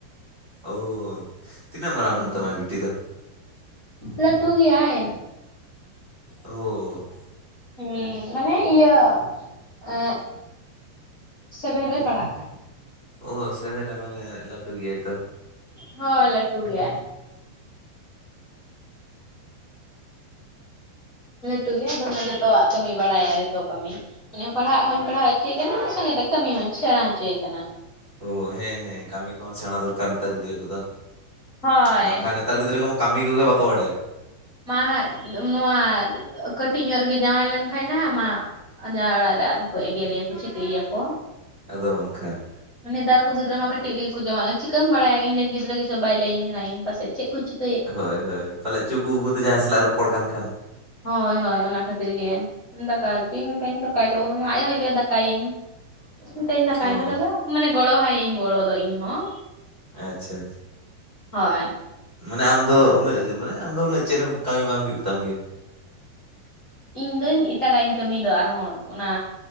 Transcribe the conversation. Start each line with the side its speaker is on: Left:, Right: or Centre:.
Right: ᱚᱻ ᱛᱤᱱᱟᱹᱜ ᱢᱟᱨᱟᱝ
Left: ᱦᱩᱸ
Right: ᱛᱟᱢᱟᱭ ᱵᱤᱴᱤ ᱫᱚ?
Left: ᱞᱟᱹᱴᱩ ᱜᱮᱭᱟᱭ᱾
Right: ᱳᱻᱳ
Left: ᱦᱩᱸ ᱢᱟᱱᱮ ᱤᱭᱟᱹ ᱮᱸᱜ ᱥᱮᱵᱮᱱ ᱨᱮᱭ ᱯᱟᱲᱟᱜ ᱠᱟᱱᱟ᱾
Right: ᱚ ᱥᱮᱵᱮᱱ ᱨᱮ ᱢᱟᱱᱮ ᱞᱟᱹᱴᱩ ᱜᱮᱭᱟᱭ ᱛᱚ᱾
Left: ᱦᱳ ᱞᱟᱹᱴᱩ ᱜᱮᱭᱟᱭ᱾ ᱞᱟᱹᱴᱩ ᱜᱮᱭᱟᱭ ᱫᱚᱢᱮ ᱡᱚᱛᱚᱣᱟᱜ ᱠᱟᱹᱢᱤ ᱵᱟᱲᱟᱭᱟᱭ ᱡᱚᱛᱚ ᱠᱟᱹᱢᱤ᱾ <unintelligible> ᱯᱟᱲᱦᱟᱜ ᱦᱚᱧ ᱯᱟᱲᱦᱟᱣ ᱦᱚᱪᱚᱭᱮ ᱠᱟᱱᱟ ᱥᱚᱸᱜᱮᱛᱮ ᱠᱟᱹᱢᱤ ᱦᱚᱧ ᱥᱮᱬᱟ ᱦᱚᱪᱚᱭᱮ ᱠᱟᱱᱟ᱾
Right: ᱚ ᱦᱮᱸ ᱦᱮᱸ ᱠᱟᱹᱢᱤ ᱠᱚᱦᱚᱸ ᱥᱮᱬᱟ ᱫᱚᱨᱠᱟᱨ ᱱᱮᱛᱟᱨ ᱜᱤᱫᱽᱨᱟᱹ ᱠᱚᱫᱚ᱾
Left: ᱦᱳᱭ
Right: ᱵᱟᱝᱠᱷᱟᱱ ᱱᱮᱛᱟᱨ ᱜᱤᱫᱽᱨᱟᱹ ᱠᱚᱢᱟ ᱠᱟᱹᱢᱤ ᱠᱚᱜᱮ ᱵᱟᱠᱚ ᱵᱟᱰᱟᱭᱟ᱾
Left: ᱢᱟ ᱦᱟᱸᱜ ᱱᱚᱣᱟ ᱠᱟᱹᱴᱤᱡ ᱧᱚᱜ ᱨᱮᱜᱮ ᱡᱟᱶᱟᱭ ᱞᱮᱱᱠᱷᱟᱡ ᱱᱟᱦᱟᱸᱜ ᱢᱟ᱾ <unintelligible> ᱚᱲᱟᱜ ᱨᱮ ᱟᱨᱦᱚᱸ ᱠᱚ ᱮᱜᱨᱮᱭᱟ ᱠᱚ ᱪᱤᱠᱟᱹᱭᱮᱭᱟ ᱠᱚ᱾
Right: ᱟᱫᱚ ᱵᱟᱝᱠᱷᱟᱱ᱾
Left: ᱱᱮᱛᱟᱨ ᱠᱚ ᱜᱤᱫᱽᱨᱟᱹ ᱢᱟ ᱠᱟᱹᱴᱤᱡ ᱨᱮᱜᱮ ᱡᱟᱶᱟᱭᱚᱜ-ᱟ ᱪᱮᱠᱟᱢ ᱵᱟᱲᱟᱭᱟ ᱤᱧ ᱨᱮᱱ ᱜᱤᱫᱽᱨᱟᱹ ᱜᱮ ᱥᱮ ᱵᱟᱭ ᱞᱟᱹᱭᱟᱹᱧ ᱠᱟᱱᱟ ᱤᱧ ᱯᱟᱥᱮᱡ ᱪᱮᱫ ᱠᱚ ᱪᱤᱠ <unintelligible>
Right: ᱦᱳᱭ ᱦᱳᱭ ᱯᱟᱞᱮᱡ ᱪᱚ ᱩᱠᱩ ᱩᱠᱩᱛᱮ ᱡᱟᱦᱟᱸᱭ ᱥᱟᱞᱟᱜ ᱮ ᱨᱚᱯᱚᱲ ᱠᱟᱱ ᱠᱷᱟᱱ᱾
Left: ᱦᱳᱭ ᱦᱳᱭ ᱚᱱᱟ ᱠᱷᱟᱹᱛᱤᱨ ᱜᱮ᱾ ᱫᱟᱠᱟ ᱚᱪᱚ ᱭᱟᱹᱧ ᱵᱟᱠᱷᱟᱡ ᱫᱟᱠᱟᱭ ᱛᱟᱵᱚ ᱢᱮ ᱟᱭ <unintelligible> ᱦᱚᱸᱭ ᱞᱟᱹᱭᱟ ᱫᱟᱠᱟᱭᱤᱧ᱾ ᱢᱮᱛᱟᱭᱟᱹᱧ ᱫᱟᱠᱟᱭ
Right: ᱚ
Left: ᱢᱮ ᱛᱚᱵᱮ, ᱢᱟᱱᱮ ᱜᱚᱲᱚ ᱦᱟᱭᱟᱹᱧ ᱜᱚᱲᱚ ᱫᱚ ᱤᱧ ᱦᱚᱸ᱾
Right: ᱟᱪᱷᱟ ᱟᱪᱷᱟ᱾
Left: ᱦᱳᱭ
Right: ᱢᱟᱱᱮ ᱟᱢᱫᱚ ᱩᱱᱟᱹᱜ ᱜᱮ, ᱢᱟᱱᱮ ᱟᱢ ᱫᱚ ᱩᱱᱟᱹᱜ ᱪᱮᱫ ᱦᱚᱸ ᱠᱟᱹᱢᱤ ᱵᱟᱝ ᱦᱩᱭᱩᱜ ᱛᱟᱢ ᱜᱮᱭᱟ᱾
Left: ᱤᱧ ᱫᱚᱧ ᱮᱴᱟᱜᱟᱜ ᱤᱧ ᱠᱟᱹᱢᱤ ᱫᱚ ᱟᱨᱦᱚᱸ ᱚᱱᱟ